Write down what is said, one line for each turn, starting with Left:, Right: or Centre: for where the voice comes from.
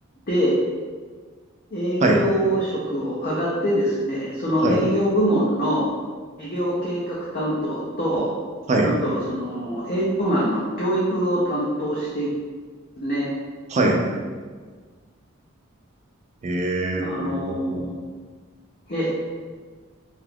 Left: で営業職を上がってですね、
Right: はい、
Left: その営業部門の営業計画担当と、
Right: はい、はい、
Left: あと、その営業マンの教育を担当してですね、
Right: はい。え
Left: あの、
Right: ー、ほうほうほう。
Left: ええ、